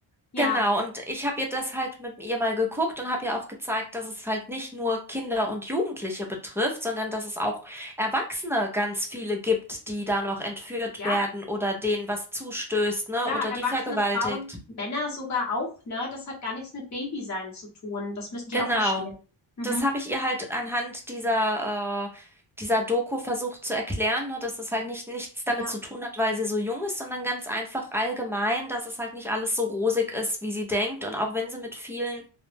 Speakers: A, on the left; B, in the centre.
A: ja,
B: Genau, und ich habe ihr das halt mit ihr mal geguckt und habe ihr auch gezeigt, dass es halt nicht nur Kinder und Jugendliche betrifft, sondern dass es auch Erwachsene ganz viele gibt, die da noch entführt
A: ja,
B: werden oder denen was zustößt, ne,
A: Klar,
B: oder
A: erwachsene
B: die vergewaltigt.
A: Frauen, Männer sogar auch, ne? Das hat gar nichts mit Babysein zu tun. Das müssen die
B: Genau.
A: auch verstehen. Mhm.
B: Das habe ich ihr halt anhand dieser, äh, dieser Doku versucht zu erklären, ne, dass es halt nicht nichts damit
A: Ja.
B: zu tun hat, weil sie so jung ist, sondern ganz einfach allgemein, dass es halt nicht alles so rosig ist, wie sie denkt. Und auch wenn sie mit vielen